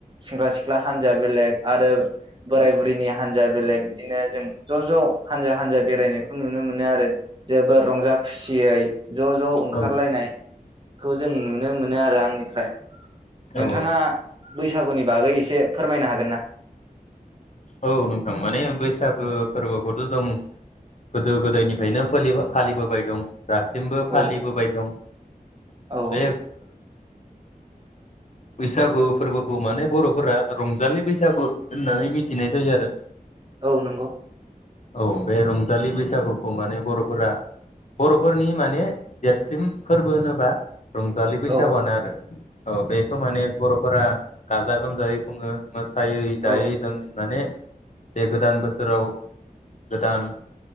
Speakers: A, on the right; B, on the left.
A: सेंग्रा-सिख्ला हान्जाया बेलेग आरो बोराय बुरैनि हान्जाया बेलेग- बिदिनो जों ज'-ज' हानजा-हानजा बेरायनायखौ नुनो मोनो आरो जोबोर रंजा खुसियै ज'-ज' ओंखारलायनाय।
B: औ
A: खौ जों नुनो मोनो आरो आंनिफ्राय-
B: औ
A: नोंथाङा- बैसागुनि बागै एसे फोरमायनो हागोन ना
B: औ नोंथां माने बैसागो फोरबोखौथ' दं गोदो गोदायनिफ्रायनो फोलिबा फालिबोबाय दं। दासिमबो फालिबोबाय
A: औ
B: दं <unintelligible>
A: औ
B: बैसागु फोरबोखौ माने बरफोरा रंजालि बैसागु होननानै मिथि थिनाय जायो आरो
A: औ नंगौ
B: औ बे रंजालि बैसागुखौ माने बरफोरा बरफोरनि माने देरसिन फोरबो होनोबा रंजालि बैसागुआनो
A: औ
B: आरो औ बेखौ माने बरफोरा गाजा गोमजायै खुङो मोन जायो जायो
A: औ
B: दं <unintelligible> माने जे गोदान बोसोराव गोदान